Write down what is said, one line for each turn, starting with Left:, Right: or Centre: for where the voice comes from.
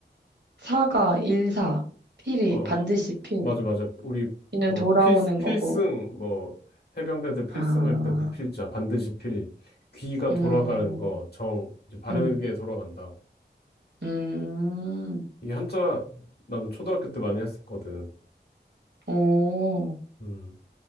Right: 사가 일사, 필이
Left: 어.
Right: 반드시 필,
Left: 맞아, 맞아. 우리
Right: 이는
Left: 뭐
Right: 돌아오는
Left: 필, 필승,
Right: 거고.
Left: 뭐 해병대들 필승
Right: 아,
Left: 할 때 그 필자 반드시 필 귀가
Right: 음,
Left: 돌아가는 거 정 이제 바르게
Right: 음,
Left: 돌아간다.
Right: 음,
Left: 이게 한자 나는 초등학교 때 많이 했었거든.
Right: 오,
Left: 음.